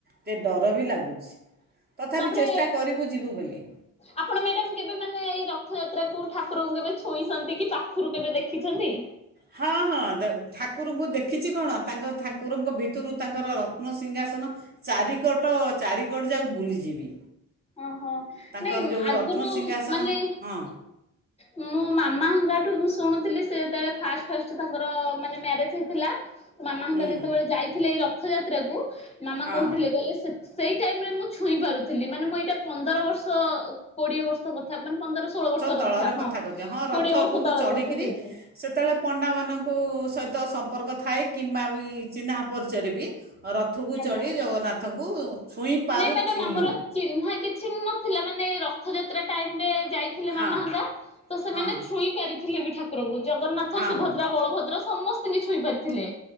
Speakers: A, on the right (about 30°); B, on the left (about 20°).
A: ଟିକେ ଡର ବି ଲାଗୁଛି, ତଥାପି
B: ତାପରେ
A: ଚେଷ୍ଟା କରିବୁ ଯିବୁ ବୋଲି।
B: ଆପଣ ମ୍ୟାଡ଼ାମ୍ କେବେ ମାନେ ଏଇ ରଥଯାତ୍ରା କୁ ଠାକୁରଙ୍କୁ କେବେ ଛୁଇଁଛନ୍ତି କି ପାଖରୁ କେବେ ଦେଖିଛନ୍ତି?
A: ହଁ, ହଁ ଦେ ଠାକୁରଙ୍କୁ ଦେଖିଛି କଣ ତାଙ୍କ ଠାକୁରଙ୍କ ଭିତୁରୁ ତାଙ୍କର ରତ୍ନସିଂହାସନ ଚାରିକଟ ଚାରିକଡ ଯାକ ବୁଲିଚି ବି।
B: ଓହୋ
A: ତାଙ୍କର
B: ନାଇଁ
A: ଯୋଉ
B: ଆଗରୁ
A: ରତ୍ନସିଂହାସନ
B: ମାନେ
A: ହଁ,
B: ମୁଁ ମୋ ମାମା ହେଙ୍କାଠୁ ମୁଁ ଶୁଣୁଥିଲି ସେ ଯେତେବେଳେ ଫାଷ୍ଟ ଫାଷ୍ଟ ତାଙ୍କର ମାନେ ମ୍ୟାରେଜ୍ ହେଇଥିଲା ମାମା ହେଙ୍କା
A: ହୁଁ
B: ଯେତେବେଳେ ଯାଇଥିଲେ ଏଇ ରଥଯାତ୍ରାକୁୁ ମାମା
A: ହଁ
B: କହୁଥିଲେ କହିଲେ ସେ ସେଇ ଟାଇମ୍ ରେ ମୁଁ ଛୁଇଁ ପାରୁଥିଲି ମାନେ ମୁଁ ଏଇଟା ପନ୍ଦର ବର୍ଷ କୋଡିଏ ବର୍ଷ କଥା ମାନେ ପନ୍ଦର ଷୋହଳ ବର୍ଷ ବର୍ଷର
A: ତଳର
B: ହଁ
A: କଥା କହୁଚ, ହଁ ରଥ
B: କୋଡିଏ
A: ଉପରକୁ
B: ତଳର
A: ଚଢ଼ିକିରି
B: କଥା କହୁଛି
A: ସେତେବେଳେ ପଣ୍ଡାମାନଙ୍କୁ ସହିତ ସମ୍ପର୍କ ଥାଏ କିମ୍ବା ବି ଚିହ୍ନା ପରିଚୟରେ ବି ହଁ, ରଥକୁ
B: ଆଜ୍ଞା।
A: ଚଢ଼ି ଜଗନ୍ନାଥଙ୍କୁ ଛୁଇଁ ପାରୁଥିଲୁ।
B: ନାଇଁ ମ୍ୟାଡାମ ଆମର ଚିହ୍ନା କିଛି ନଥିଲା ମାନେ ରଥଯାତ୍ରା ଟାଇମ୍ ରେ ଯାଇ ଥିଲେ
A: ହଁ
B: ମାମା ହେଙ୍କା ତ ସେମାନେ
A: ହଁ
B: ଛୁଇଁ ପାରିଥିଲେ ବି ଠା ଠାକୁରଙ୍କୁ ଜଗନ୍ନାଥ,
A: ହଁ
B: ସୁଭଦ୍ରା,
A: ହଁ
B: ବଳଭଦ୍ର ସମସ୍ତିଙ୍କି ଛୁଇଁ ପାରିଥିଲେ,